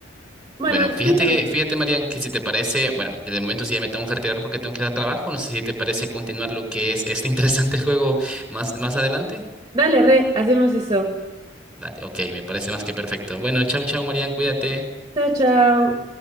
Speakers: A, on the right; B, in the centre.
A: Bueno,
B: Bueno,
A: Antonio,
B: fíjate, fíjate, Marian, que si te parece, bueno, yo de momento sí ya me tengo que retirar porque tengo que ir a trabajo. No sé si te parece continuar lo que es este <laughs> interesante juego más, más adelante.
A: dale, re, hacemos eso.
B: Dale, ok, me parece más que perfecto. Bueno, chau, chau, Marian, cuídate.
A: Chao, chao.